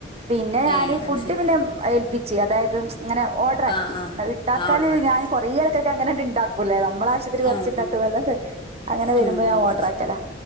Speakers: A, on the right; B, on the left.
A: പിന്നെ, ഞാന്
B: ഏഹ് അത്
A: ഫുഡ്
B: ശരി
A: പിന്നെ ഏൽപ്പിച്ച് അതായത് ഇങ്ങനെ ഓർഡർ ആക്കി.
B: ആഹ് ആഹ്
A: ഉണ്ടാക്കാല്
B: ആ ഓർഡറാക്കി
A: ഞാൻ കൊറെ ആൾക്കൊക്കെ അങ്ങനണ്ട് ഉണ്ടാക്കൂല്ല. നമ്മടേ ആവിശ്യത്തിന്
B: ആഹ്
A: കുറച്ച്ണ്ടാക്കു
B: ആഹ്
A: ന്നല്ലത്. അങ്ങനെ
B: ആഹ്
A: വരുമ്പോ ഞാൻ
B: ആഹ്
A: ഓട്ടറാക്കല,